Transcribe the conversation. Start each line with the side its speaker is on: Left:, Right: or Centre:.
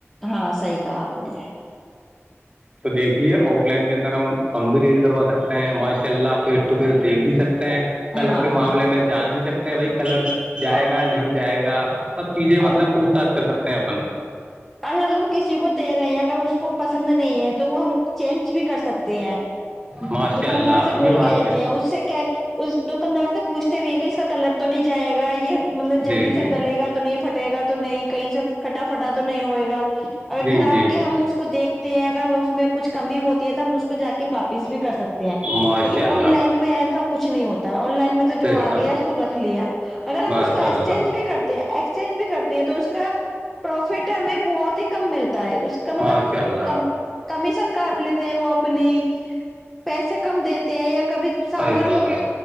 Centre: ہاں صحیح کہا آپ نے
Right: تو دیکھیے آف لائن کے اندر ہم کم بھی ریٹ کروا سکتے ہیں ماشاء اللہ فیس ٹو فیس دیکھ بھی سکتے ہیں کلر
Centre: ہاں
Right: کے معاملے میں جان بھی سکتے ہیں بائی کلر جائے
Centre: اور
Right: گا نہیں جائے گا سب چیزیں
Centre: اور
Right: مطلب پوچھ تاچھ کر سکتے ہیں اپن
Centre: اگر ہم کسی کو دے رہے ہیں اگر اس کو پسند نہیں ہے تو وہ ہم چینج بھی کر سکتے ہیں
Right: ماشاء
Centre: دکاندار
Right: اللہ
Centre: سے بول
Right: یہ بات
Centre: کے رہتے
Right: بالکل
Centre: ہیں اس سے کہ اس دکاندار سے پوچھتے بھی ہیں کہ اس کا کلر تو نہیں جائے گا یہ مطلب
Right: جی
Centre: جلدی
Right: جی
Centre: سے گلے گا تو نہیں پھٹے گا تو نہیں کہیں سے کھٹا پھٹا تو نہیں ہوئے گا اگر
Right: جی
Centre: گھر آپ
Right: جی
Centre: کے ہم
Right: جی
Centre: اس کو دیکھتے ہیں اگر اس میں کچھ کمی ہوتی ہے تو ہم جا کے واپس بھی کر سکتے ہیں
Right: ماشاء
Centre: لیکن
Right: اللہ
Centre: آن لائن میں ایسا کچھ نہیں ہوتا ہے آن لائن میں تو تو جو
Right: بےشک
Centre: آ گیا سو رکھ لیا اگر
Right: ماشاء
Centre: ہم اس کو ایکسچینج
Right: اللہ
Centre: بھی کرتے ہیں ایکسچینج بھی کرتی ہیں تو اس کا پروفٹ ہمیں بہت ہی کم ملتا ہے اس کا
Right: ماشاء
Centre: مطلب
Right: اللہ
Centre: کم کمیشن کاٹ لیتے ہیں وہ اپنی پیسے کم دیتے ہیں یا کبھی سامان
Right: صحیح فرمایا